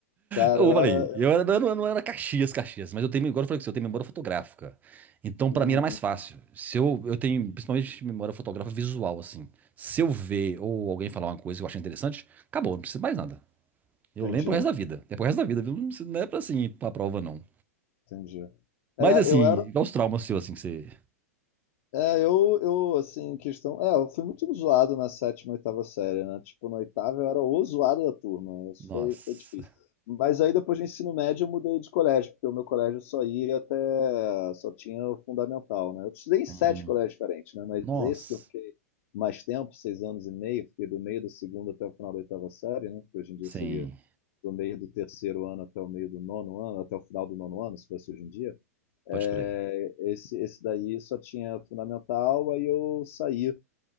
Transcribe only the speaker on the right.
Eu
falei,
eu, era- eu não- eu não era Caxias, Caxias, mas eu tenho, agora eu falei que eu tenho memória fotográfica. Então,
pra mim era mais fácil. Se eu, eu tenho, principalmente, memória fotográfica visual, assim. Se eu ver ou alguém falar uma coisa que eu achei interessante, acabou, não preciso mais nada. Eu
lembro o resto da vida. É pro resto da vida, viu? Não precisa- não é pra assim, pra prova, não.
Mas
assim,
qual os traumas seus, assim, que você.
Nossa.
Hum,
nossa.
Sim,
pode crer.